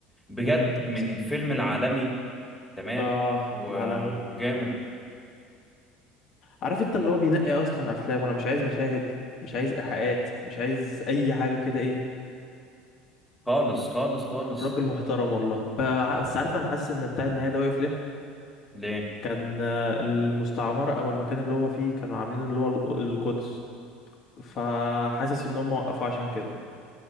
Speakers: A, in the centre; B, on the left (about 40°).
A: بجد
B: امم
A: من
B: بس
A: فيلم العالمي تمام
B: اه
A: وجامد
B: العالمي عارف انت اللي هو بينقي اصلا افلام وانا مش عايز مشاهد مش عايز ايحاءات مش عايز اي حاجه كده ايه
A: خالص خالص خالص
B: راجل محترم والله ب- بس عارف انا حاسس ان بتاع النهايه ده وقف ليه
A: ليه
B: كان آه، المستعمرة أو المكان اللي هو فيه كانوا عاملين اللي هو ال- القدس فحاسس إن هم وقفوا عشان كده